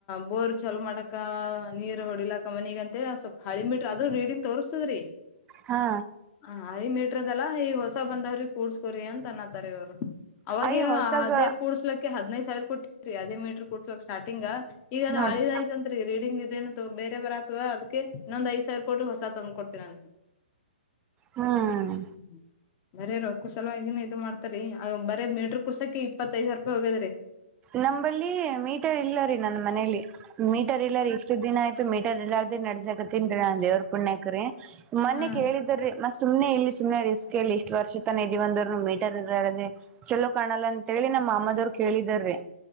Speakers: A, on the left (about 30°); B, on the right (about 20°).
A: ಬೋರ್. ಚಲೋ ಮಾಡಾಕ ನೀರ್ ಹೊಡಿಲಾಕ್ಕ ಮನಿಗಂತ ಸ್ವಲ್ಪ ಹಳಿ ಮೀಟ್ರ ಅದ ರೀಡಿಂಗ ತೋರ್ಸ್ತದ್ರಿ.
B: ಹಾ
A: ಹ ಹಳೆ ಮೀಟ್ರದಲ್ಲ ಈಗ ಹೊಸ ಬಂದವ್ರಿ ಕೂಡ್ಸ್ಕೋರಿ ಅಂತ ಅನ್ನತ್ತಾರ ಇವ್ರು. ಅವಾಗ
B: ಅಯ ಹೊಸಗ
A: ಅದೇ ಕೂರಿಸಿ. ಹದಿನೈದು ಸಾವಿರ ಕೊಟ್ಟಯ ಅದೇ ಮೀಟರ್ ಕೊಡ್ಕ್ ಸಾರ್ಟಿಂಗ್ ಈಗ ಅದು
B: ನೋಡ್ರಿ
A: ಹಳೇದು. ರೀಡಿಂಗ್ ಇದೇನ ಬೇರೆ ಬರತದ ಅದಕ್ಕೆ ಇನ್ನೊಂದ ಐದ ಸಾವಿರ ಕೋಡು ಹೊಸ ತಂದು ಕೊಡ್ತೀನೀ.
B: ಹ್ಮ್
A: ಹ್ಮ ಬರೀ ರೊಕ್ಕಸಲುವಾಗಿನ ಇದು ಮಾಡ್ತಾರಿ ಬರೀ ಮೀಟ್ರ ಕುರಿಸೋಕೆಕ್ಕೆ ಇಪ್ಪತ್ತು ಐದು ಸಾವಿರ. ಹೋಗದ್ರಿ.
B: ನಂಬಲ್ಲಿ ಮೀಟರ್ ಇಲ್ಲ ರೀ ನನ್ ಮನೇಲಿ ಮೀಟರ್ ಇಲ್ಲ ರೀ. ಎಷ್ಟು ದಿನ ಆಯ್ತು ಮೀಟರ್ ಎಲ್ಲಾರ್ದೆ ನಡಸಕತೇನ್ ರೀ ನಾನ್ ದೇವ್ರ ಪುಣ್ಯಾಕ ರೀ ಮನ್ನೆ
A: ಹಾ
B: ಕೇಳಿದ್ದೆ ರಿ ಮಸ್ ಸುಮ್ನೆ ಇಲ್ಲಿ ಸುಮ್ಮನೆ ರಿಸ್ಕ್ ಇಲ್ಲಿ ಇಷ್ಟು ವರ್ಷ ತನ ಇದೀವ್ ಅಂದರುನು ಮೀಟರ್ ಇರಾಡದೆ ಚಲೋ ಕಾಣಲ್ಲ ಅಂತೇಳಿ ನಮ್ಮ ಮಾಮ್ಮದವ್ರು ಕೇಳಿದಾರಿ.